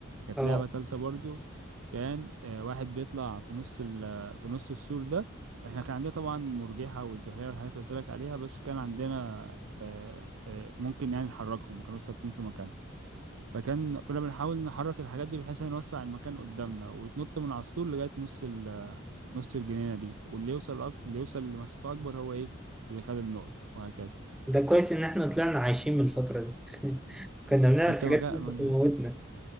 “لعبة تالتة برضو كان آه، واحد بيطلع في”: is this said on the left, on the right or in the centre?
Right